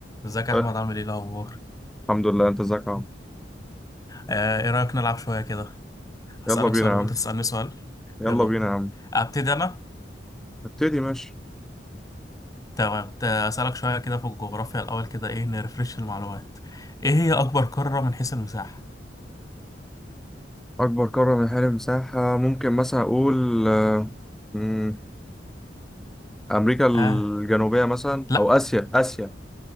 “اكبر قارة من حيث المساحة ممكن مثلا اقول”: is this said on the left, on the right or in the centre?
Centre